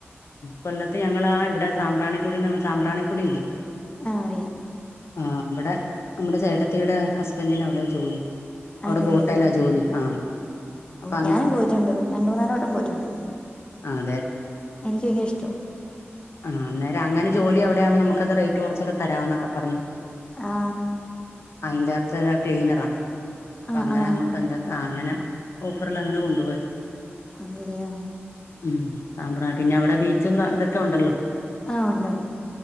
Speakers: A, on the left; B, on the left.
A: കൊല്ലത്ത് ഞങ്ങ ളാ ഇവിടെ സാമ്രാണികുടി സാബ്രാണി കുടിയില്ലേ
B: ആ അറിയാം
A: അ വിടെ നമ്മുടെ ചേട്ടത്തിയുടെ ഹസ്ബൻഡ്ന് അവിടെ ജോലി
B: ആണല്ലേ
A: ബോട്ടേലാ ആഹ് അപ്പൊ അങ്ങ
B: ഞാനും പോയിട്ടുണ്ട് രണ്ടുമൂന്നാല് വട്ടം പോയി ട്ടുണ്ട്
A: ആഹ്
B: <unintelligible> ഷടം
A: ആ അനര് അങനെ നമ്മുക്ക് അത് റേറ്റ് കുറച്ചു തരാം എന്ന് പറഞ്ഞു
B: ആ
A: അയിന്റെ ത്ത ഒരുക്ലിനറാ
B: ആ
A: അവിന്റെ
B: ആ
A: ത്ത്നെതിന്റെ ത്ത് ഓഫറിൽ അങ്ങനെ കോൺടോ ഉ സ്റ്ററിട്ട്യ
B: ആണല്ലേ ആ
A: പിന്നെ ബീച്ചും കാര്യം റ്റോ ഉണ്ട ലോ
B: ആഉണ്ട് ഉണ്ട്